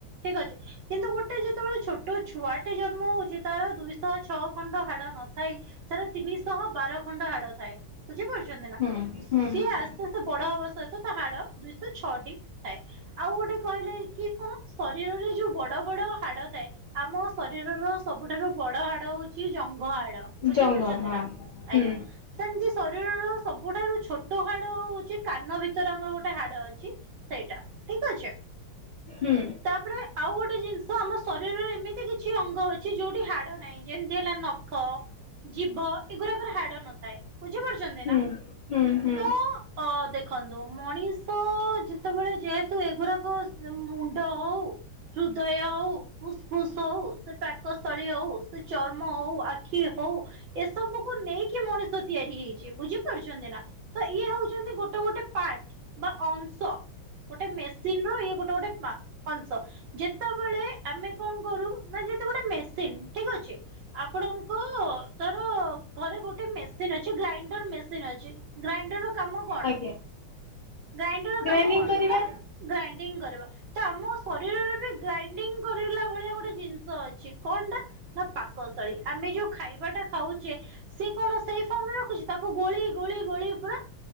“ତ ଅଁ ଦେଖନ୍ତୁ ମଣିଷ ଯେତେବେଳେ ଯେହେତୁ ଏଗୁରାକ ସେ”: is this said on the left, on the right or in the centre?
Right